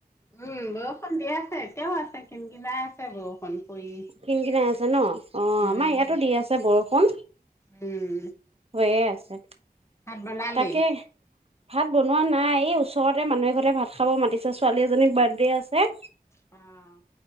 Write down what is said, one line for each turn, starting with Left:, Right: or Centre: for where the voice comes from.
Left: উম, বৰষুণ দি আছে এতিয়াও আছে কিন কিনাই আছে বৰষুণ পৰি।
Right: কিন কিনাই আছে ন' অ'
Left: উম
Right: আমাৰ ইয়াতো দি আছে বৰষুণ।
Left: উম।
Right: হয়েই আছে,
Left: ভাত বনালি
Right: তাকে। ভাত বনোৱা নাই এই ওচৰতে মানুহে ঘৰতে ভাত খাব মাতিছে ছোৱালী এজনী বাৰ্থডে আছে।
Left: অ'।